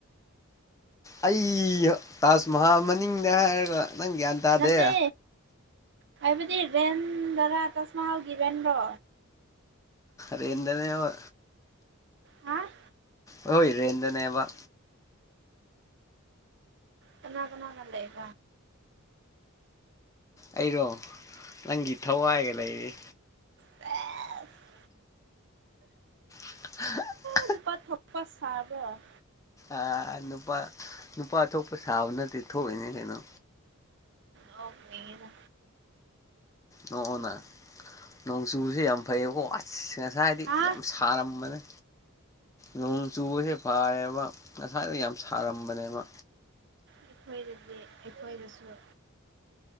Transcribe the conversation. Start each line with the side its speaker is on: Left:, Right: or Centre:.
Left: ꯑꯩ ꯇꯥꯖ ꯃꯍꯜ ꯃꯅꯤꯡꯅꯦ ꯍꯥꯏꯔꯒ ꯅꯪ ꯒ꯭ꯌꯥꯟ ꯇꯥꯗꯦ
Right: ꯅꯠꯇꯦ ꯍꯥꯏꯕꯗꯤ ꯔꯦꯟꯗꯔꯥ ꯇꯥꯖ ꯃꯍꯍꯜꯒꯤ ꯏꯚꯦꯟꯔꯣ
Left: ꯔꯦꯟꯗꯅꯦ ꯑꯣ
Right: ꯑ
Left: ꯍꯣꯏ ꯏ ꯔꯦꯟꯗꯅꯦꯕ
Right: ꯀꯅꯥ ꯀꯅꯥ ꯐ ꯂꯩꯀ
Left: ꯑꯩꯔꯣ ꯅꯪꯒꯤ ꯊꯋꯥꯏꯒ ꯂꯩꯔꯤ
Right: ꯁꯦꯁ
Left: <unintelligible>
Right: ꯑꯗꯨꯄꯥ ꯊꯄ ꯁꯥꯕ
Left: ꯑ ꯅꯨꯄꯥ ꯅꯨꯄꯥ ꯊꯣꯛꯄ ꯁꯥꯕ ꯅꯠꯇꯦ ꯊꯣꯛꯏꯅꯦ ꯀꯩꯅꯣ
Right: ꯂꯒꯅꯤꯔ
Left: ꯅꯅ ꯅꯣꯡꯆꯨꯁꯨ ꯌꯥꯝ ꯐꯩꯌꯦꯀ ꯑꯁ ꯉꯁꯥꯏ ꯍꯥꯏꯗꯤ
Right: ꯍꯥ
Left: ꯌꯥꯝ ꯁꯥꯔꯝꯕꯅꯤ ꯅꯣꯡ ꯆꯨꯕꯁꯦ ꯐꯥꯏꯌꯦꯕ ꯉꯁꯥꯏꯗ ꯌꯥꯝ ꯁꯥꯔꯝꯕꯅꯦꯕ
Right: ꯑꯩꯈꯣꯏꯗꯗꯤꯦ ꯑꯩꯈꯣꯏꯗꯁꯨꯣ